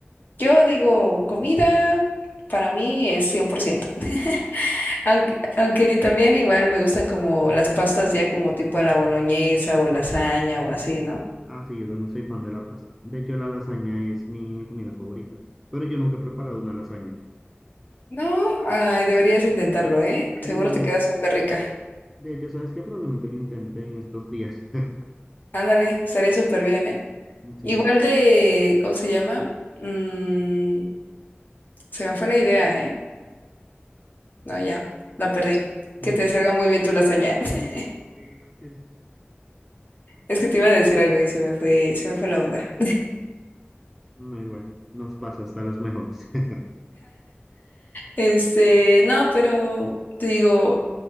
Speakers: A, on the left (about 50°); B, in the centre.
A: yo digo, comida para mí es 100% <laughs>
B: Mm.
A: aunque, aunque también igual me gustan como las pastas ya como tipo a la boloñesa o lasaña o así, ¿no?
B: Ah, sí, yo también soy fan de la pasta. De hecho, la lasaña es mi, mi comida favorita, pero yo nunca he preparado una lasaña.
A: No, ay, deberías intentarlo, ¿eh? Seguro
B: Sí, voy.
A: te queda súper rica.
B: De hecho, ¿sabes qué? Probablemente lo intenté en estos días. <laughs>
A: Ándale, estaría súper bien, ¿eh?
B: Mm, Sí.
A: Igual de, ¿cómo se llama? Mm, se me fue la idea, ¿eh? No, ya, la perdí. Que
B: Mm.
A: te salga muy bien tu lasaña. <laughs>
B: Mm. Ok, gracias.
A: Es que te iba a decir algo y se me fue, se me fue la onda.
B: No, igual, nos pasa hasta los mejores. <laughs>
A: Este, no, pero te digo,